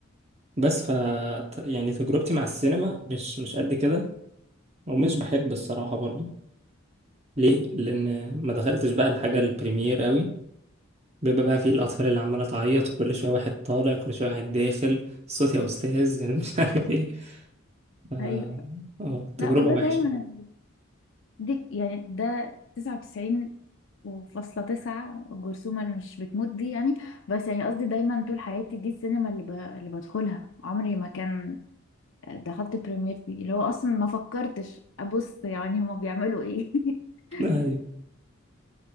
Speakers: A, on the right; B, on the left.
A: بس ف يعني تجربتي مع السينما مش مش قد كده ومش بحب الصراحة برضو ليه؟ لأن ما دخلتش بقى الحاجة البريمير قوي بيبقى بقى فيه الأطفال اللي عمالة تعيط وكل شوية واحد طالع كل شوية واحد داخل صوت يا أستاذ <laughs> مش عارف إيه ف...
B: ايوه
A: اه تجربة
B: لا ما ده
A: وحشة
B: دايما دي يعني ده 99 وفاصلة تسعة الجرثومة اللي مش بتموت دي يعني بس يعني قصدي دايما طول حياتي دي السينما اللي, ب... اللي بدخلها عمري ما كان دخلت بريمير دي اللي هو اصلا ما فكرتش ابص يعني هما بيعملوا ايه <laughs>
A: أيوة